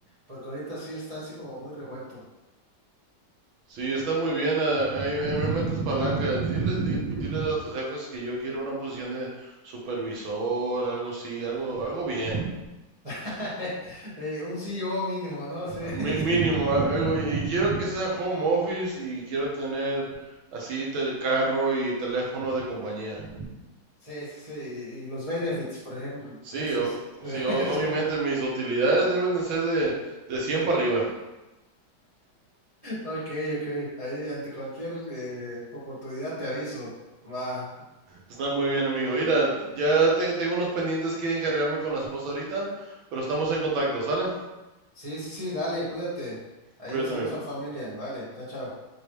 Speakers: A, on the right (about 20°); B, on the right (about 85°).
A: porque ahorita sí está así como muy revuelto.
B: Sí, está muy bien, ah, ahí, ahí me metes palanca. Dile, di- dile a tus jefes que yo quiero una posición de supervisor, algo así, algo, algo bien.
A: <laughs> Eh, un CEO mínimo, ¿no? Sí,
B: A
A: <laughs>
B: mínimo,
A: sí,
B: a- algo bien. Y quiero que sea home office y quiero tener así el carro y teléfono de compañía.
A: sí, sí, Y los benefits, por ejemplo,
B: Sí,
A: esos.
B: o-
A: <laughs> Sí,
B: sí, o- obviamente
A: sí.
B: mis utilidades deben de ser de, de 100 para arriba.
A: Ok, ok. Ahí ante cualquier eh, oportunidad te aviso. Va.
B: Está muy bien, amigo. Mira, ya te- tengo unos pendientes que encargarme con la esposa ahorita, pero estamos en contacto, ¿sale?
A: Sí, sí, sí, dale, cuídate. Ahí
B: Cuídate,
A: saludos
B: amigo.
A: a la familia. Vale, chao, chao.